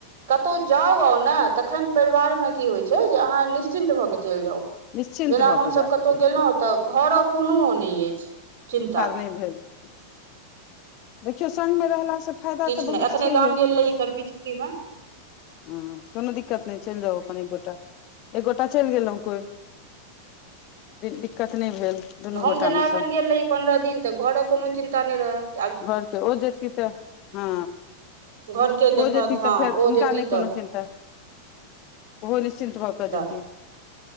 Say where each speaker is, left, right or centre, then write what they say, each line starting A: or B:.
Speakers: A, on the right (about 50°); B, on the left (about 40°).
A: कतहु जाउ आउ ने तखन परिवारमे की होइत छै जे अहाँ निश्चिन्त भऽ कऽ चलि जाउ
B: निश्चिन्त
A: जेना
B: भऽ
A: हमसभ
B: कऽ जा
A: कतहु
B: सकै
A: गेलहुँ
B: छी
A: तऽ घरक कोनो नहि अछि चिन्ता
B: भ भ देखियौ संगमे रहलासँ फायदा
A: किछु
B: तऽ
A: नहि
B: बहुत
A: एखने
B: छैहे
A: गाम गेल रही गर्मी छुट्टी मे
B: ह कोनो दिक्कत नहि चलि जाउ अपन एक गोटा एकगोटा चलि गेलहुं कोई दिक्कत नहि भेल दुनू
A: हम
B: गोटामे
A: जेना एखन
B: सँ
A: गेल रही पन्द्रह दिन तऽ घरक कोनो चिन्ता नहि रहय
B: घरके ओ जेती तऽ हँ
A: घरके
B: हो
A: देखत
B: जेती
A: हँ
B: तऽ फेर
A: ओ
B: हुनका
A: जेती
B: नहि
A: तऽ
B: कोनो चिन्ता ओ निश्चिन्त भ क
A: तऽ
B: जेति